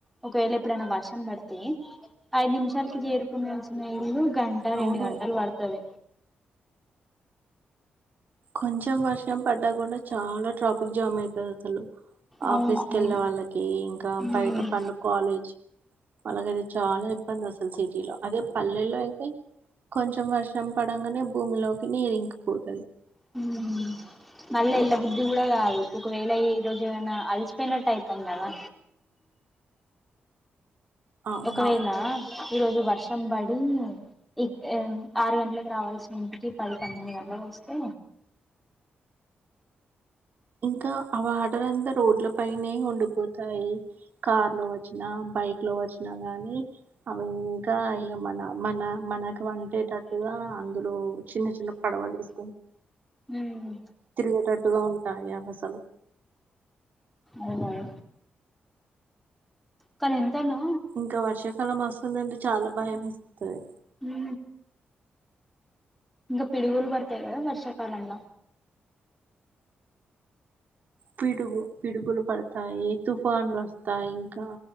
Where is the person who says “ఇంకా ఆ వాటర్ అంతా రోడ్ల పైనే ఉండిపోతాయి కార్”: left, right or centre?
Right